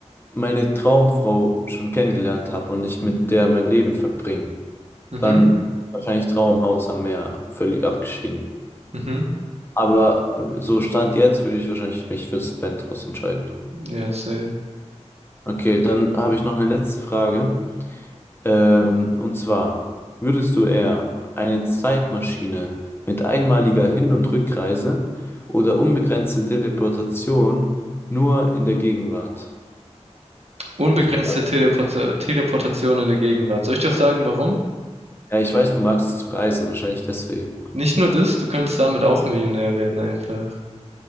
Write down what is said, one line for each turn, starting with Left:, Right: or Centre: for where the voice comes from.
Left: meine Traumfrau schon kennengelernt habe und ich mit der mein Leben verbringe,
Right: Mhm,
Left: dann wahrscheinlich Traumhaus am Meer, völlig abgeschieden.
Right: mhm,
Left: Aber äh, so Stand jetzt würde ich wahrscheinlich mich fürs Penthouse entscheiden.
Right: ja, safe.
Left: Okay, dann habe ich noch eine letzte Frage. Ähm, und zwar, würdest du eher eine Zeitmaschine mit einmaliger Hin- und Rückreise oder unbegrenzte Teleportation nur in der Gegenwart
Right: Unbegrenzte
Left: besitzen?
Right: Teleport Teleportation in der Gegenwart. Soll ich dir auch sagen, warum?
Left: Ja, ich weiß, du magst es zu reisen, wahrscheinlich deswegen.
Right: Nicht nur das, du könntest damit auch Millionär werden einfach.